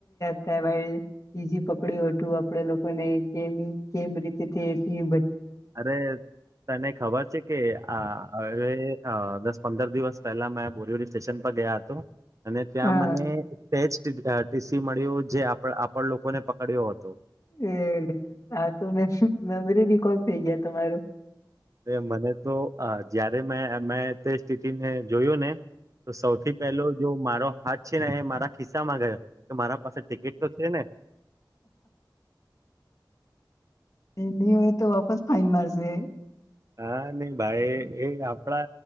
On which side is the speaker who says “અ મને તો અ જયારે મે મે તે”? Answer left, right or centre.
Right